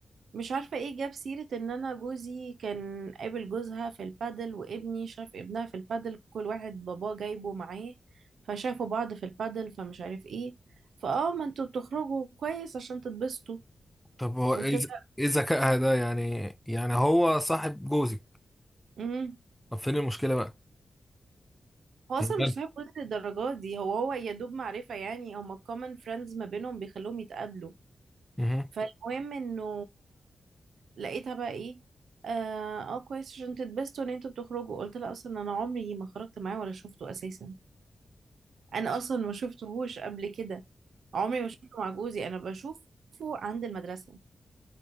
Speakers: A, on the right; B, in the centre.
A: مش عارفة ايه جاب سيرة ان انا جوزي كان قابل جوزها في البادل وابني شاف ابنها في البادل كل واحد باباه جايبه معاه فشافوا بعض في البادل فمش عارف ايه فاه ما انتوا بتخرجوا كويس عشان تتبسطوا
B: طب هو
A: قلت
B: ايه
A: لها
B: ذ- ايه ذكائها ده يعني يعني هو صاحب جوزي
A: امم
B: طب فين المشكلة بقى
A: هو
B: هي
A: اصلا
B: مالها
A: مش صاحب جوزي للدرجات دي هو هو يا دوب معرفة يعني هما common friends ما بينهم بيخلوهم يتقابلوا
B: مهم.
A: فالمهم انه لقيتها بقى ايه اه آه، كويس عشان تتبسطوا ان انتوا بتخرجوا قلت لها اصلا انا عمري ما خرجت معاه ولا شفته اساسا انا اصلا ما شفتهوش قبل كده عمري ما شفته مع جوزي انا بشوفه عند المدرسة